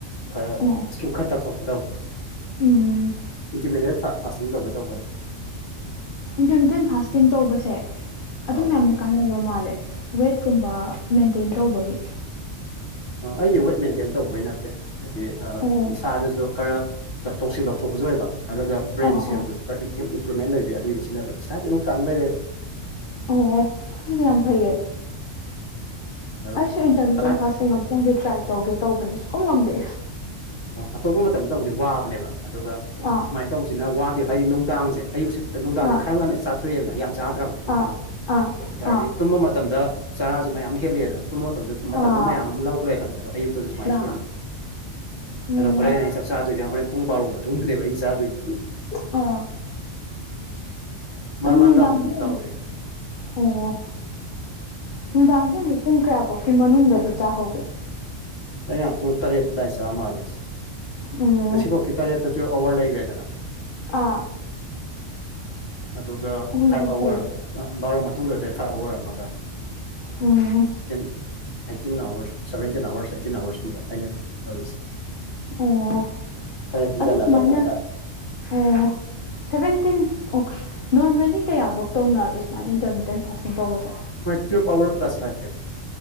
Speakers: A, on the left; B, on the left.
A: ꯈꯔ
B: ꯑꯣ ꯑꯣ
A: ꯏꯁꯀ꯭ꯌꯨ ꯈꯔ ꯇꯧꯊꯣꯛꯈ꯭ꯔ ꯇꯧꯕ
B: ꯎꯝ
A: ꯏꯟꯇꯔꯃꯤꯗꯤꯦꯠ ꯄꯥꯁꯁꯤꯡ ꯇꯧꯒꯦ ꯇꯧꯕꯦ
B: ꯏꯟꯇꯔꯃꯤꯗꯠ ꯐꯥꯁꯇꯤꯡ ꯇꯧꯕꯁꯦ ꯑꯗꯨꯝ
A: ꯑꯥ
B: ꯌꯥꯝꯅ ꯀꯥꯟꯅꯕ ꯃꯥꯜꯂꯦ ꯋꯦꯠꯀꯨꯝꯕ ꯃꯦꯟꯇꯦꯟ ꯇꯧꯕꯒꯤ
A: ꯑꯩꯗꯤ ꯋꯦꯠ ꯃꯦꯟꯇꯦꯟ ꯇꯧꯕꯩ ꯅꯠꯇꯦ ꯍꯥꯏꯗꯤ
B: ꯑꯣ
A: ꯏꯁꯥꯗꯁꯨ ꯈꯔ ꯇꯧꯁꯤꯜ ꯂꯧꯊꯣꯛꯄꯁꯨ ꯑꯣꯏꯕ ꯑꯗꯨꯒ ꯕ꯭ꯔꯦꯟ
B: ꯑꯥ
A: ꯁꯦꯜꯗꯨꯁꯨ
B: ꯑꯥ
A: ꯈꯔ ꯏꯝꯄ꯭ꯔꯨꯕꯃꯦꯟ ꯂꯩꯕ ꯑꯗꯨꯒꯤꯗꯤ ꯁꯤꯟꯅꯕ ꯏꯁꯥꯗꯤ ꯑꯗꯨꯝ ꯀꯥꯡ ꯂꯩꯔꯦ
B: ꯑꯣ ꯑꯗꯨꯗꯤ ꯌꯥꯝ ꯐꯩꯌꯦ
A: ꯑꯗꯨꯝ
B: ꯑꯩꯁꯨ ꯏꯟꯇꯔꯗꯤꯠ
A: ꯐꯅ
B: ꯐꯥꯁꯇꯤꯡ ꯪꯦ ꯇ꯭ꯔꯥꯏ ꯇꯧꯒꯦ ꯇꯧꯕꯅꯤ ꯁꯨ ꯀꯝ ꯉꯝꯗꯦ
A: ꯑꯇꯣꯞꯄ ꯃꯇꯝꯗ ꯇꯧꯗꯤ ꯋꯥꯕꯅꯦꯕ ꯑꯗꯨꯒ
B: ꯑꯥ
A: ꯁꯨꯃꯥꯏꯅ ꯇꯧꯁꯤꯅ ꯋꯥꯗꯤ ꯍꯥꯏꯗꯤ ꯅꯨꯡꯗꯥꯡꯁꯦ ꯑꯌꯨꯛꯁꯦ ꯑꯗꯣ ꯅꯨꯡꯗꯥꯡꯁꯦ
B: ꯑꯥ
A: ꯈꯔ ꯉꯟꯅ ꯆꯥꯊꯣꯛꯑꯦꯗꯅ ꯌꯥꯝ ꯆꯥꯗ꯭ꯔꯕ
B: ꯑꯥ
A: ꯅꯨꯡꯗꯥꯡꯁꯦ
B: ꯑꯥ
A: ꯑꯗꯨꯔꯗꯤ
B: ꯑꯥ
A: ꯇꯨꯝꯕ ꯃꯇꯝꯗ ꯆꯔꯥꯁꯨ ꯃꯌꯥꯝ ꯍꯦꯜꯂꯛꯑꯦꯗꯅ ꯇꯨꯝꯕ ꯃꯇꯝꯗꯁꯨ ꯃꯇꯝꯗꯣ
B: ꯑꯥ
A: ꯃꯌꯥꯝ ꯑꯃ ꯂꯧꯈ꯭ꯔꯦꯗꯅ ꯍꯥꯏꯗꯣ ꯑꯌꯨꯛꯇꯁꯨ ꯁꯨꯥꯏꯅ
B: ꯂꯥ
A: ꯊꯤꯍꯕ
B: ꯑꯣ
A: ꯑꯗꯣ ꯍꯣꯔꯦꯟ ꯑꯩ ꯆꯥꯗꯣꯏꯁꯦ ꯍꯣꯔꯦꯟ ꯄꯨꯡ ꯕꯥꯔ ꯃꯇꯨꯡꯗꯅꯦꯕ ꯑꯩꯅ ꯆꯥꯗꯣꯏꯁꯦ
B: ꯑꯥ
A: ꯃꯔꯛ
B: ꯅꯨꯡꯗꯥꯥꯡꯕꯤ
A: ꯃꯔꯛꯇ ꯑꯃꯨꯛ ꯑꯃꯨꯛ ꯇꯧꯋꯦ
B: ꯑꯣ ꯅꯨꯡꯗꯥꯡꯗꯤ ꯑꯃꯨꯛ ꯄꯨꯡ ꯀꯌꯥꯐꯥꯎꯀꯤ ꯃꯅꯨꯡꯗꯗꯤ ꯆꯥꯍꯧꯒꯦ
A: ꯑꯩꯅ ꯄꯨꯡ ꯇꯔꯦꯠ ꯑꯗꯥꯏ ꯆꯥ ꯃꯥꯜꯂꯁꯦ
B: ꯎꯝ
A: ꯉꯁꯤꯐꯥꯎ ꯀ ꯇꯔꯦꯠꯇꯁꯨ ꯑꯋꯥꯔ ꯂꯩꯈ꯭ꯔꯦꯗꯅ
B: ꯑꯥ
A: ꯑꯗꯨꯒ
B: ꯑꯣ
A: ꯐꯥꯏꯚ
B: ꯌꯥꯝ
A: ꯑꯋꯥꯔ
B: ꯐꯩꯌꯦ
A: ꯕꯥꯎꯔ ꯃꯇꯨꯡꯗꯗ ꯐꯥꯏꯚ ꯑꯋꯔ ꯑꯃꯒ
B: ꯎꯝ
A: eighteen eighteen hours seventeen hours eighteen ꯑꯋꯥꯔꯁꯀꯨꯝꯕ ꯑꯩꯅ ꯇꯧꯔꯤꯁꯦ
B: ꯑꯣ
A: ꯈꯔ ꯍꯦꯟꯖꯟꯅ
B: ꯀ ꯁꯃꯥꯏ
A: ꯇꯧꯕ ꯍꯥꯏꯇꯥꯔꯦ
B: ꯑꯣ ꯁꯕꯦꯟꯇꯤꯟ ꯑꯣ ꯅꯣꯔꯃꯦꯜꯂꯤ ꯀꯌꯥꯐꯛ ꯇꯧꯅꯒꯦ ꯁꯨꯃꯥꯏꯅ ꯏꯟꯇꯔꯃꯤꯗꯦꯟ ꯐꯥꯁꯇꯤꯡ ꯇꯧꯕꯁꯦ
A: ꯃꯥꯏꯆꯣ ꯄꯋꯥꯔ ꯄ ꯀ꯭ꯂ꯭ꯂꯥꯁ ꯍꯥꯏꯥꯏꯕꯦꯕ